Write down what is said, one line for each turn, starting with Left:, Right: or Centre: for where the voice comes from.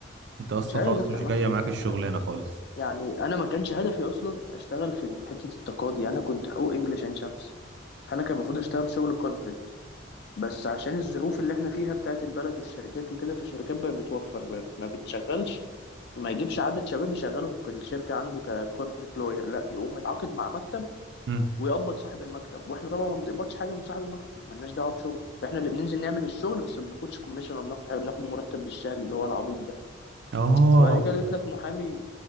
Right: انت اصلا
Left: مش عايز
Right: خلاص
Left: افتح
Right: مش
Left: مكتب
Right: جاية معاك الشغلانة
Left: يعني
Right: خالص
Left: يعني انا ما كانش هدفي اصلا اشتغل في حته التقاضي انا كنت حقوق انجلش عين شمس فانا كان المفروض اشتغل شغل كوربريت بس عشان الظروف اللي احنا فيها بتاعت البلد والشركات وكده فالشركات بقت بتوفر ب- ما بتشغلش ما يجيبش عدد شباب يشغلهم في الشركة عنده ككوربريت لوير لا يقوم متعاقد مع مكتب
Right: امم
Left: ويقبض صاحب المكتب واحنا طبعا ما بنقبضش حاجة من صاحب المكتب مالناش دعوة بشغل احنا اللي بننزل نعمل الشغل بس ما بناخدش كوميشن ولا بناخد حاجة بناخد مرتب بالشهري اللي هو العبيط ده
Right: اه
Left: فبعد كده قلت لك محامي